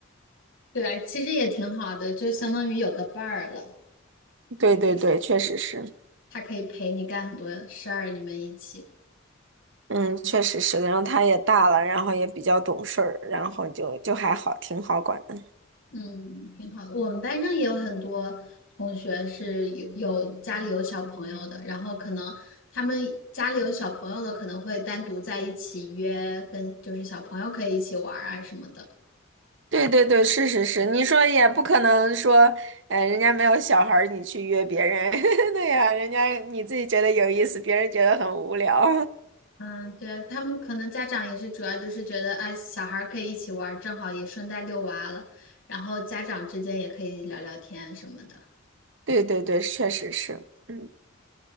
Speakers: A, on the left; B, on the right.
A: 对啊，其实也挺好的，就相当于有个伴儿了，
B: 对对对，确实是，
A: 他可以陪你干很多事儿，你们一起。
B: 嗯，确实是然后他也大了，然后也比较懂事儿，然后就就还好，挺好管的。
A: 嗯，挺好的。我们班上也有很多同学是有有家里有小朋友的，然后可能他们家里有小朋友的，可能会单独在一起约，跟就是小朋友可以一起玩儿啊什么的。
B: 对对对，是是是，你说也不可能说，呃，人家没有小孩儿，你去约别人，<laughs> 对呀、人家你自己觉得有意思，别人觉得很无聊。
A: 嗯，对啊，他们可能家长也是主要就是觉得，哎，小孩儿可以一起玩儿正好也顺带遛娃了，然后家长之间也可以聊聊天什么的。
B: <laughs> 对对对，确实是，嗯。